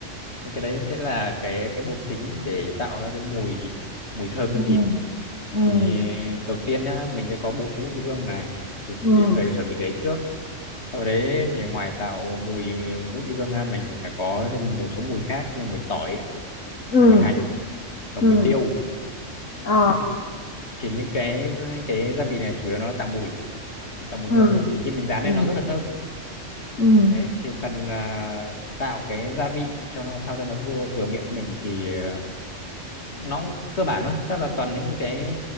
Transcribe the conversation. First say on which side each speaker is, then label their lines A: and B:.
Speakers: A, on the left; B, on the left.
A: cái đấy sẽ là cái cái bột chính để tạo ra cái mùi mùi thơm cho
B: Ừm,
A: thịt
B: ừm,
A: thì đầu tiên nhá mình sẽ có bột ngũ vị hương này thì
B: ừm,
A: chị sẽ phải chuẩn bị cái đấy trước sau đấy thì ngoài tạo mùi ngũ vị hương ra mình còn phải có thêm một số mùi khác như mùi tỏi
B: ừm,
A: mùi hành và
B: ừm,
A: mùi tiêu
B: ờ,
A: đấy thì những cái cái gia vị này chủ yếu nó tạo mùi tạo mùi
B: ừm,
A: hương thì khi mình rán
B: ừm,
A: lên nó rất là thơm
B: ừm,
A: đấy thì phần à, tạo cái gia vị cho nó sao cho nó vừa vừa miệng của mình thì à, nó cũng cơ bản thôi chắc là toàn những cái